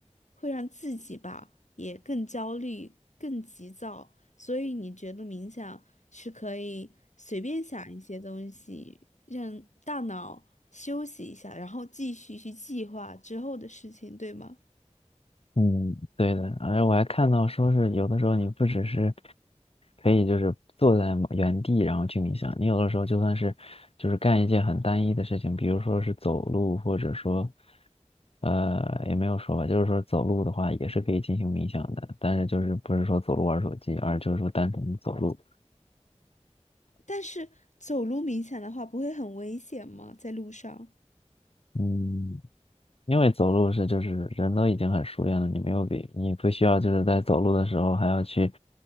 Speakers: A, on the left; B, on the left.
A: 会让自己吧也更焦虑、更急躁。所以你觉得冥想是可以随便想一些东西，让大脑休息一下，然后继续去计划之后的事情，对吗？
B: 嗯，对的，而且我还看到说是有的时候你不只是可以就是坐在某原地然后去冥想，你有的时候就算是就是干一件很单一的事情，比如说是走路，或者说呃也没有说吧，就是说走路的话也是可以进行冥想的，但是就是不是说走路玩手机，而就是说单纯的走路。
A: 但是走路冥想的话，不会很危险吗？在路上？
B: 嗯，因为走路是就是人都已经很熟练了，你没有比你不需要就是在走路的时候还要去，